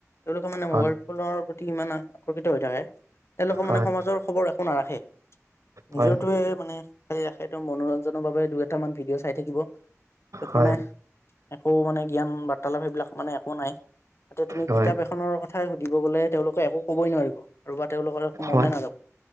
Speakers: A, on the left; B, on the right.
A: তেওঁলোকে মানে
B: হয়
A: মোবাইল ফোনৰ প্ৰতি ইমান আকৰ্ষিত হৈ থাকে তেওঁলোকে
B: হয়
A: মানে সমাজৰ খবৰ একো নাৰাখে,
B: হয়
A: নিজৰটোৱে মানে খালি ৰাখে। মনোৰঞ্জনৰ বাবে দুই এটা মান ভিডিঅ' চাই থাকিব, য'ত
B: হয়
A: মানে একো মানে জ্ঞান বাৰ্তালাপ সেইবিলাক মানে একো নাই। এতিয়া তুমি
B: হয়
A: কিতাপ এখনৰ কথাই সুধিব গ'লে তেওঁলোকে একো ক'বই নোৱাৰিব। ৰ'বা তেওঁলোকৰ একো মনে
B: হয়
A: নাযাব,